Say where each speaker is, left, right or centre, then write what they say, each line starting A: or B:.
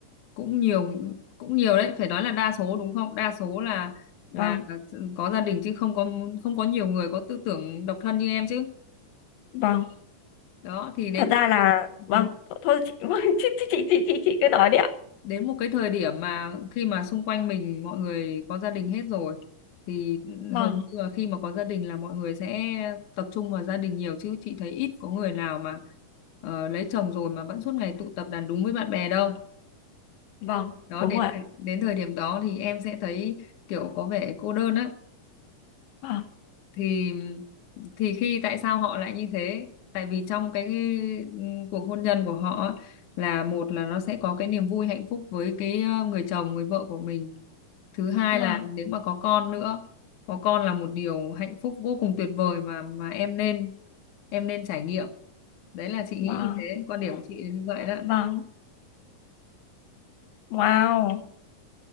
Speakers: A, on the left; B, on the left.
A: cũng nhiều cũng nhiều đấy phải nói là đa số đúng không đa số là
B: vâng
A: là có gia đình chứ không có không có nhiều người có tư tưởng độc thân như em chứ
B: vâng
A: đó thì đến
B: thật ra là vâng
A: ừ,
B: thôi, thôi chị, <laughs> vâng, chị, chị chị chị chị chị cứ nói đi ạ
A: đến một cái thời điểm mà khi mà xung quanh mình mọi người có gia đình hết rồi thì
B: vâng
A: hầu như là khi mà có gia đình là mọi người sẽ tập trung vào gia đình nhiều chứ chị thấy ít có người nào mà ờ, lấy chồng rồi mà vẫn suốt ngày tụ tập đàn đúng với bạn bè đâu
B: vâng
A: đó
B: đúng
A: đến
B: rồi ạ
A: thời, đến thời điểm đó thì em sẽ thấy kiểu có vẻ cô đơn á
B: vâng
A: thì thì khi tại sao họ lại như thế tại vì trong cái, ừm, cuộc hôn nhân của họ á, là một là nó sẽ có cái niềm vui hạnh phúc với cái ờ, người chồng người vợ của mình thứ hai
B: vâng
A: là nếu mà có con nữa có con là một điều hạnh phúc vô cùng tuyệt vời mà mà em nên em nên trải nghiệm đấy là chị
B: vâng
A: nghĩ như thế quan điểm của chị là như vậy đó
B: vâng wow